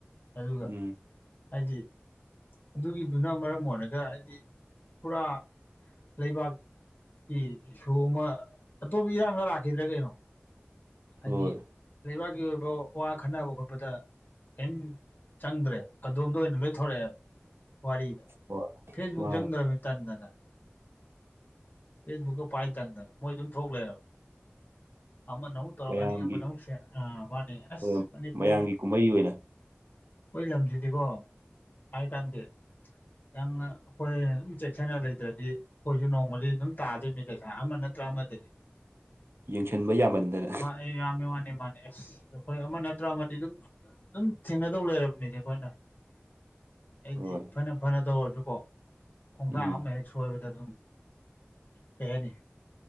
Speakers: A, on the left; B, on the right.
A: ꯑꯗꯨꯒ
B: ꯎꯝ
A: ꯍꯥꯏꯗꯤ ꯑꯗꯨꯒꯤꯗꯨꯅ ꯃꯔꯝ ꯑꯣꯏꯔꯒ ꯍꯥꯏꯗꯤ ꯄꯨꯔꯥ ꯂꯩꯕꯥꯛꯀꯤ ꯏꯁꯨ ꯑꯃ ꯑꯇꯣꯞꯄ ꯏꯔꯥꯡꯗ ꯂꯥꯛꯈꯤꯗ꯭ꯔꯦ ꯀꯩꯅꯣ ꯍꯥꯏꯗꯤ
B: ꯍꯣꯏ
A: ꯂꯩꯕꯥꯛꯀꯤ ꯑꯣꯏꯕ ꯋꯥ ꯈꯟꯅꯕ ꯈꯣꯠꯄꯗ ꯀꯩꯝ ꯆꯪꯗ꯭ꯔꯦꯕ ꯑꯗꯣꯝꯗ ꯑꯣꯏꯅ ꯂꯣꯏꯊꯣꯔꯛꯑꯦꯕ ꯋꯥꯔꯤꯗꯣ
B: ꯍꯣꯏ
A: ꯐꯦꯁꯕꯨꯛ
B: ꯃꯥꯅꯦ
A: ꯆꯪꯗ꯭ꯔꯃꯦ ꯇꯟꯗꯅ ꯐꯦꯁꯕꯨꯛꯀ ꯄꯥꯏ ꯇꯟꯗꯅ ꯃꯣꯏ ꯑꯗꯨꯝ ꯊꯣꯛꯂꯦꯕ ꯑꯃꯅ ꯑꯃꯨꯛ ꯇꯧꯔꯛꯀꯅꯤ
B: ꯃꯌꯥꯝꯒꯤ
A: ꯑꯃꯅ ꯑꯃꯨꯛ ꯁꯦꯟ ꯑ ꯃꯥꯅꯤ ꯑꯁ
B: ꯍꯣꯏ
A: ꯃꯅꯤꯄꯨꯔ
B: ꯃꯌꯥꯝꯒꯤ
A: ꯑꯩꯈꯣꯏ
B: ꯀꯨꯝꯍꯩ ꯑꯣꯏꯅ
A: ꯂꯝꯁꯤꯗꯤꯀꯣ ꯍꯥꯏ ꯀꯥꯟꯗꯦ ꯌꯥꯝꯅ ꯑꯩꯈꯣꯏ ꯑꯗꯨꯝ ꯆꯦꯛꯁꯟꯅ ꯂꯩꯇ꯭ꯔꯗꯤ ꯑꯩꯈꯣꯏꯁꯨ ꯅꯣꯡꯃꯗꯤ ꯑꯗꯨꯝ ꯇꯥꯗꯣꯏꯅꯤ ꯗꯁꯥ ꯑꯃ ꯅꯠꯇ꯭ꯔ ꯑꯃꯗꯗꯤ
B: ꯌꯦꯡꯁꯟꯕ ꯌꯥꯃꯟꯗꯅ
A: ꯃꯥꯅꯦ ꯑꯩ ꯌꯥꯝ ꯃꯥꯅꯦ ꯃꯥꯅꯦ ꯑꯁ ꯑꯩꯈꯣꯏ ꯑꯃ ꯅꯠꯇ꯭ꯔ ꯑꯃꯗꯤ ꯑꯗꯨꯝ ꯑꯗꯨꯝ ꯊꯦꯡꯅꯗꯧ ꯂꯩꯔꯕꯅꯤꯁꯦ ꯑꯩꯈꯣꯏꯅ ꯑꯩꯗꯤ
B: ꯍꯣꯏ
A: ꯐꯅ ꯐꯅ ꯇꯧꯔꯁꯨꯀꯣ ꯈꯣꯡꯊꯥꯡ
B: ꯎꯝ
A: ꯑꯃ ꯍꯦꯛ ꯁꯣꯏꯕꯗꯗꯨꯝ ꯀꯩ ꯍꯥꯏꯅꯤ